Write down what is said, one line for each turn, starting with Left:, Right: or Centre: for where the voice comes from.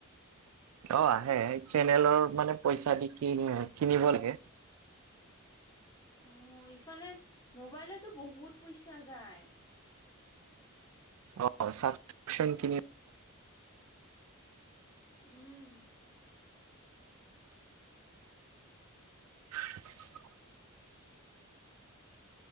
Right: অ আহে চেনেলৰ মানে পইচা দি কিনি কিনিব লাগে
Left: অ ইফালে মোবাইলত টো বহুত পইচা যায়
Right: অ ছাবক্ৰিপ্যন কিনি
Left: উম,
Right: <unintelligible>